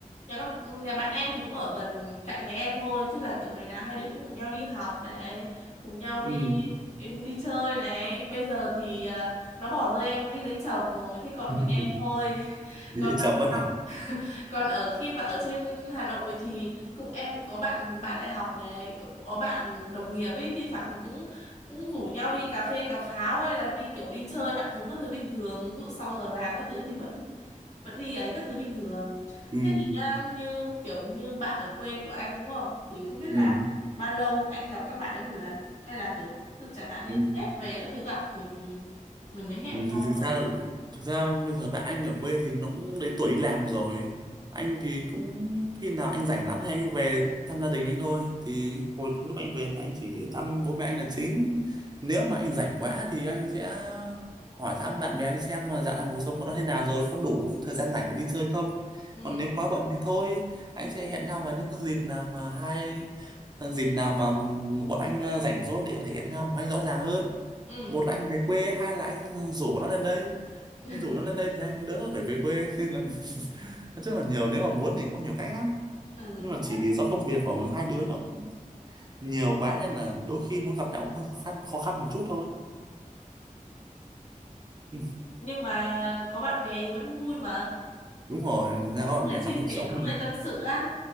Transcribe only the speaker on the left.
Nhà con nhà bạn em thì cũng ở gần cạnh nhà em thôi, chứ là kiểu ngày nào hai đứa cũng cùng nhau đi học này, cùng nhau đi
em đi chơi này bây giờ thì à, nó bỏ rơi em nó đi lấy chồng rồi thế còn
mình em thôi <laughs>
còn
bạn
đại
còn ở khi mà ở trên Hà Nội thì cũng em cũng có bạn bạn đại học này cũng có bạn đồng nghiệp ấy thi thoảng thì cũng cũng rủ nhau đi cà phê cà pháo hay là đi kiểu đi chơi ăn uống các thứ bình thường ví dụ sau giờ làm các thứ thì vẫn vẫn đi ấy các thứ bình thường
thế thì nha như kiểu như bạn ở quê của anh đúng không thì không biết
là bao lâu anh gặp các bạn ấy một lần hay là kiểu ví dụ chẳng hạn như
Tết về các thứ gặp thì mình mới hẹn
nhau
vậy
ừ
ừ
<laughs>
ừ
đúng
rồi
nhưng mà có bạn bè thì vẫn vui mà
có
người
chia
sẻ
có
người tâm sự á